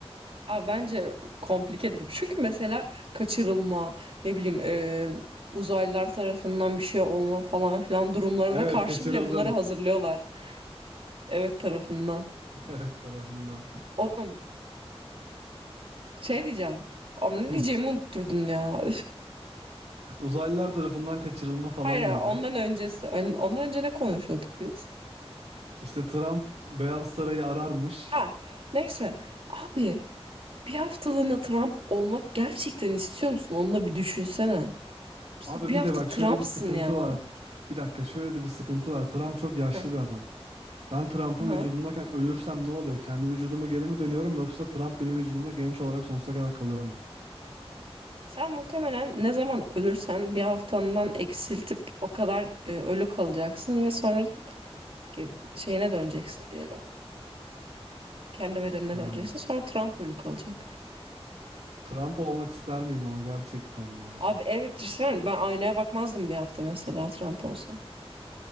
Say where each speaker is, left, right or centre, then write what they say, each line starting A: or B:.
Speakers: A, on the right; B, on the right.
A: Abi bence komplikedir. Çünkü mesela kaçırılma, ne bileyim e, uzaylılar tarafından bir şey olma falan filan durumlarına
B: Evet
A: karşı
B: kaçırıldım.
A: bile bunları hazırlıyorlar. Evet tarafından.
B: <laughs> Evet tarafından.
A: Oğlum şey diyeceğim. Abi ne
B: Hı.
A: diyeceğimi unutturdun ya.
B: Uzaylılar tarafından kaçırılma falan
A: Hayır, hayır,
B: diyordun.
A: ondan öncesi. Ön- Ondan önce ne konuşuyorduk biz?
B: İşte Trump Beyaz Saray'ı ararmış.
A: Ha, neyse. Abi, bir haftalığına Trump olmak gerçekten istiyor musun? Onu da bir düşünsene. Mesela
B: Abi
A: bir
B: bir
A: hafta
B: de bak
A: Trump'sın
B: şöyle bir sıkıntı
A: ya.
B: var. Bir dakika şöyle de bir sıkıntı var. Trump çok yaşlı
A: Heh,
B: bir adam. Ben Trump'ın
A: aha.
B: vücudundayken ölürsem ne oluyor? Kendi vücuduma geri mi dönüyorum yoksa Trump benim vücudumda genç olarak sonsuza kadar kalıyor mu?
A: Sen muhtemelen ne zaman ölürsen bir haftandan eksiltip o kadar e, ölü kalacaksın ve sonra ki- şeyine döneceksin diyelim. Kendi bedenine
B: Ha.
A: döneceksin. Sonra Trump ölü kalacak.
B: Trump olmak ister miyim ama gerçekten ya.
A: Abi evet düşünsene ben aynaya bakmazdım bir hafta mesela Trump olsam.